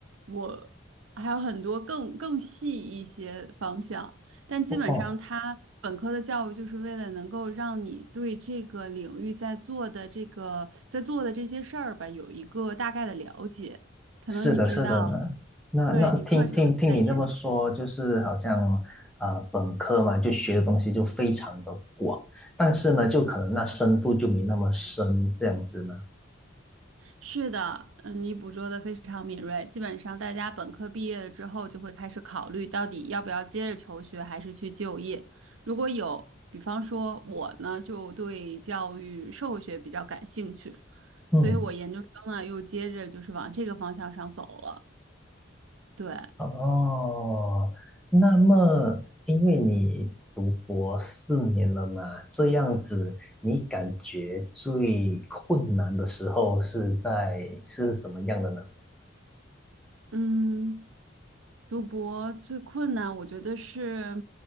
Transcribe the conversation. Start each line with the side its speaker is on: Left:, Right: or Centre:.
Right: 我还有很多更更细一些方向，但基本上它本科的教育就是为了能够让你对这个领域在做的这个在做的这些事儿吧，
Centre: 哦哦
Right: 有一个大概的了解，可能你知道。
Centre: 是的，是的呢。那那听听听你这么说，
Right: 对，你课程是在研
Centre: 就是好像啊、呃本科嘛，就学的东西就非常的广，但是呢，就可能那深度就没那么深，这样子呢。
Right: 是的，嗯，你捕捉的非常敏锐。基本上，大家本科毕业了之后，就会开始考虑到底要不要接着求学，还是去就业。如果有，比方说我呢，就对教育社会学比较感兴趣，
Centre: 嗯，
Right: 所以我研究生呢又接着就是往这个方向上走了。对，
Centre: 哦，那么因为你读博四年了嘛，这样子，你感觉最困难的时候是在是怎么样的呢？
Right: 嗯，读博最困难，我觉得是